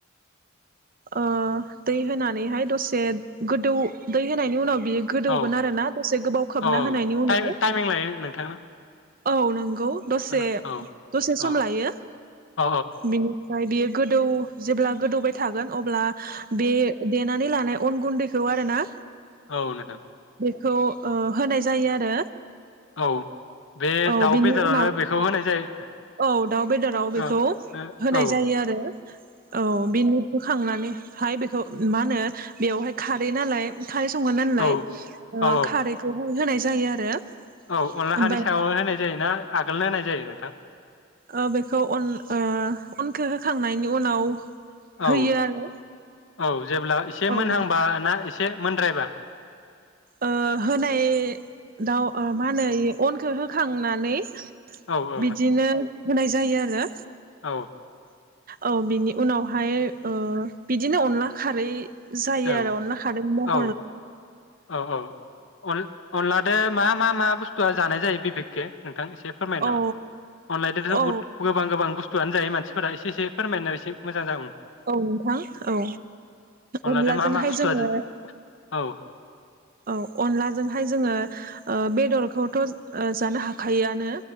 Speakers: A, on the right; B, on the left.
A: ओ दै होनानैहाय दसे गोदौ दै होनायनि उनाव। बियो गोदौगोन
B: औ
A: आरोना दसे गोबाव खोबना
B: औ
A: होनायनि उनाव।
B: टाइम टाइमिं लायो नोंथां
A: औ नोंग। गौ दसे
B: औ औ
A: दसे सम
B: औ
A: लायो
B: औ
A: बिनि। ओमफाय बेयो गोदौ जेब्ला गोदौबाय था। थागोन। अब्ला बे। देनानै लानाय अन गुन्दैखौ आरो ना?
B: औ नोंथां।
A: खौ ओ होनाय जायो आरो
B: औ बे
A: औ
B: दाउ
A: बिनि
B: बेदरावनो
A: उनाव
B: बेखौ होनाय जायो
A: औ दाउ बेदराव बेखौ
B: औ औ
A: होनाय
B: औ
A: जायो आरो औ बेनि होखांनानै हाय बेखौ मा होनो बेवहाय खारै नालाय खारै संगोन्नालाय
B: औ औ
A: खारैखौ होनाय जायो आरो।
B: औ अनला
A: ओमफाय
B: हानि सायावनो होनाय जायोना आगोलनो होनाय जा यो नोंथां?
A: ओ बेखौ अन ओ अनखौ होखांनायनि उनाव होयो
B: औ
A: आरो
B: औ जेब्ला एसे
A: औ
B: मोनहांबा ना एसे मोनद्रायबा?
A: ओ होनाय दाउ ओ मा होनो इ अनखौ होखांनानै
B: औ औ
A: बिदिनो
B: नोंथां
A: होनाय जायो आरो।
B: औ
A: औ बिनि उनावहाय ओ बिदिनो अनला खारै जायो
B: औ
A: आरो अनला खारै मह्
B: औ औ औ अन-अनलादो मा मा मा बुस्थुआ जानाय जायो बिबेके नों थां एसे फोरमायनो
A: औ
B: नामा अनलाइनजोंथ'
A: औ
B: बहुद गोबां गोबां बुस्थ थुयानो जायो मानफोरा एसे एसे फोरमायनाय एसे मोजां जागौमोन।
A: औ नोंथां औ।
B: अनलादो
A: अनलाजोंहाय
B: मा मा बुस्थुआ
A: जोङो
B: जा औ।
A: औ अनलाजोंहाय जोङो ओ बेदरखौथ' ओ जानो हाखायोआनो